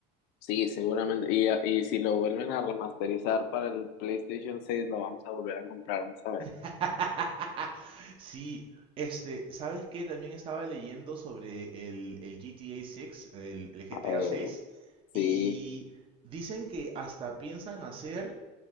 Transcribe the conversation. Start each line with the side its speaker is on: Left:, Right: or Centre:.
Left: Sí, seguramente. Y, y si lo vuelven a remasterizar para el PlayStation seis lo vamos a volver a comprar, vamos a ver.
Right: <laughs> Sí, este, ¿sabes qué? También estaba leyendo sobre el, el GTA 6, el, el GTA
Left: Eh,
Right: 6,
Left: sí,
Right: y dicen que hasta piensan hacer